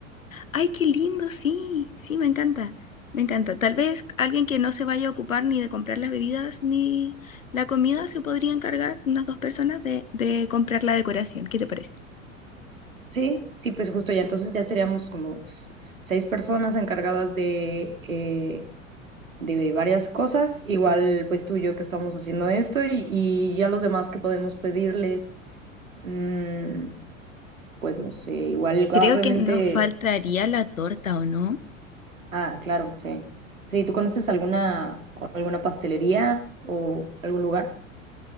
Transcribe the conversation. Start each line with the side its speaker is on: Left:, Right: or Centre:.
Left: Ay, qué lindo, sí, sí, me encanta, me encanta. Tal vez alguien que no se vaya a ocupar ni de comprar las bebidas ni la comida se podría encargar, unas dos personas, de, de comprar la decoración, ¿qué te parece?
Right: Sí, sí, pues justo ya, entonces ya seríamos como s- seis personas encargadas de, eh, de varias cosas, igual pues tú y yo que estamos haciendo esto y, y ya los demás que podemos pedirles, mm, pues no sé, igual obviamente...
Left: Creo que nos faltaría la torta, ¿o no?
Right: Ah, claro, sí. Sí, ¿tú conoces alguna, o alguna pastelería o algún lugar?